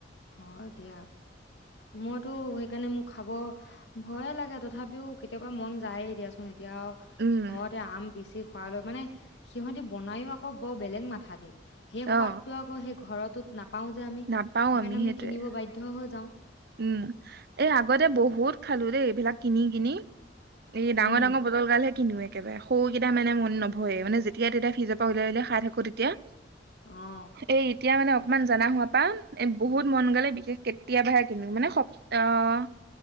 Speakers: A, on the left; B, on the right.
A: হয় দিয়া মইতো সেইকাৰণে মোক খাব ভয়ে লাগে ।তথাপিও কেতিয়াবা মন যায়েই দিয়াচোন। এতিয়াও
B: উম
A: ঘৰতে আম পিচি। পায় ভাগ মানে সিহঁতি বনায়ো আকৌ বৰ বেলেগ মাথা দি। সেই
B: অ
A: সোৱাদটো আকৌ সেই ঘৰত। তোত নাপ- পাওঁ যে আমি
B: নাপাও
A: সেইকাৰণে আমি
B: সেইটোৱে
A: কিনিব বাধ্য হৈ যাওঁ।
B: উম এই আগতে বহুত খালোঁ দেই ।এইবিলাক কিনি কিনি। এই ডাঙৰ
A: উম
B: ডাঙৰ বটল গাল হে কিনো এক। একেবাৰে সৰুকেইটা মানে মন নভয়ে মানে যেতিয়া তেতিয়া ফিজত। উলিয়াই উলিয়াই খাই থাকোঁ তেতিয়া,
A: অ
B: এই‌ এতিয়া মানে অকমান- অকমান জানা হোৱা পা বহুত মন গ'লে বিশেষ কেতিয়াবাহে। কিনো মানে সপ্ত অহ